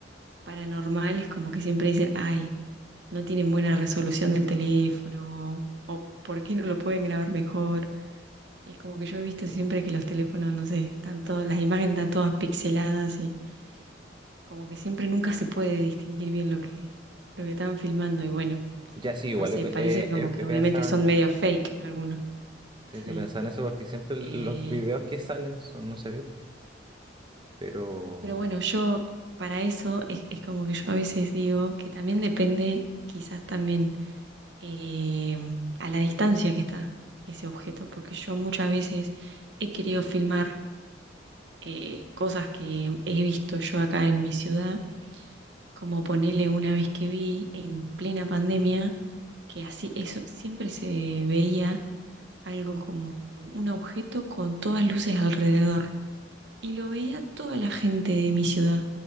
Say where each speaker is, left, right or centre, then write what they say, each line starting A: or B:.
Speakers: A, on the right (about 65°); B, on the right (about 25°).
A: paranormal, es como que siempre dicen, ay, no tienen buena resolución del teléfono o por qué no lo pueden grabar mejor. Es como que yo he visto siempre que los teléfonos, no sé, están todas, las imágenes están todas pixeladas y como que siempre nunca se puede distinguir bien lo que, lo que están filmando y bueno.
B: Ya sí, igual
A: No sé,
B: he, pe-
A: parece
B: he-
A: como que
B: he- he
A: obviamente
B: pensado
A: son
B: en eso.
A: medio fake algunos.
B: Sí,
A: Sí.
B: sí, he pensado en eso porque siempre los
A: Eh,
B: videos que salen son, no se ve, po. pero
A: pero bueno, yo para eso es, es como que yo a veces digo que también depende quizás también eh, a la distancia que está ese objeto, porque yo muchas veces he querido filmar eh, cosas que he visto yo acá en mi ciudad, como ponerle una vez que vi en plena pandemia, que así eso siempre se veía algo como un objeto con todas luces alrededor. Y lo veía toda la gente de mi ciudad.